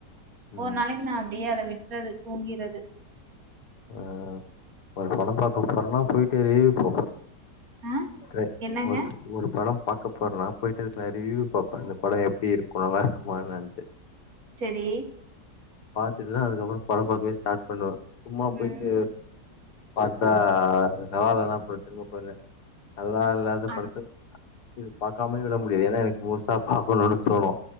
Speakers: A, on the left; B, on the right.
A: ம்.
B: ஒரு நாளைக் நா அப்டியே அத விட்றது தூங்கிறது
A: ஆஹ் ஒரு படம் பாக்க போறன்னா பொயிட் செரீ போங்க
B: ஆ
A: கெ
B: என்னங்க?
A: ஒரு ஒரு படம் பாக்க போறனா பொயிட்டதுக்கு நா ரிவியூ பாப்ப இந்த படம் எப்டி இருக்கு நல்லா இருக்குமா எனன்ட்டு
B: செரி
A: பாத்துட்டுதா அதுக்கப்றோ படம் பாக்கவே ஸ்டார்ட் பண்ணுவ சும்மா
B: ம்.
A: பொயிட்டு பாத்தா சவாலல்லா அப்றொ திரும்ப <unintelligible> நல்லா இல்லாத
B: ஆனா
A: படத்துக் இது பாக்காமே விட முடியாது ஏனா எனக்கு முழுசா பாக்கனூனு தோணு